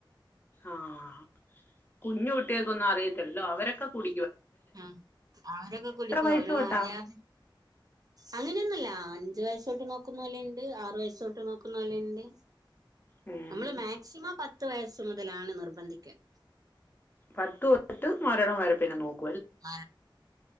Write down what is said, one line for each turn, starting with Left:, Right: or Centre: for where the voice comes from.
Left: ആഹ കുഞ്ഞു കുട്ടികൾക്ക ഒന്നും അറിയത്തില്ലോ അവരൊക്കെ കുട
Right: ആ അവരൊക്കെ കുളിക്കും
Left: വയസ്സ്
Right: അവര
Left: തൊട്ടാ
Right: അറിയാതെ അങ്ങനെയൊന്നുംല്ല അഞ്ചു വയസ്സോ് നോക്കുന്ന പോലെുണ്ട് ആറു വയസ്സോട്ട് നോക്കുന്ന പോലുണ്ട്
Left: ഉം
Right: നമ്മള് മാക്സിമം പത്ത് വയസ്സു മുതലാണ് നിർബന്ധിക്കൻ
Left: പത്ത് തോട്ട് മരണം വരെ പിന്നെ നോക്ക
Right: ര